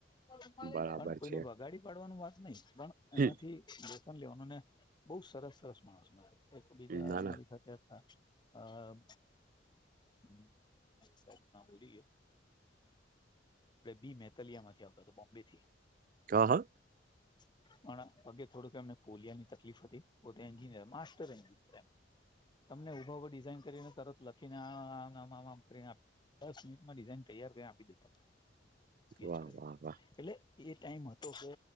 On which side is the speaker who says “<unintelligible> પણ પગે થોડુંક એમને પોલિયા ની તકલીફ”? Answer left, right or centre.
Left